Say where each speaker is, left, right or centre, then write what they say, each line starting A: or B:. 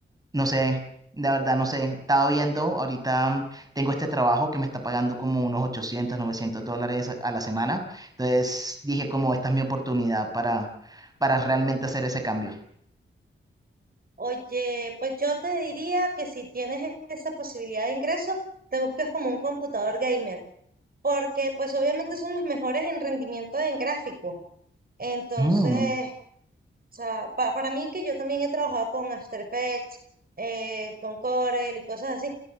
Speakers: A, on the right (about 20°); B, on the right (about 45°).
A: no sé, la verdad no sé. Estaba viendo ahorita tengo este trabajo que me está pagando como unos 800, 900 dólares a a la semana. Entonces dije como esta es mi oportunidad para, para realmente hacer ese cambio.
B: Oye, pues yo te diría que si tienes e- esa posibilidad de ingreso, te busques como un computador gamer, porque pues obviamente son los mejores en rendimiento en gráfico. Entonces,
A: Mm,
B: O sea, pa- para mí que yo también he trabajado con After Effects, eh, con Corel y cosas así,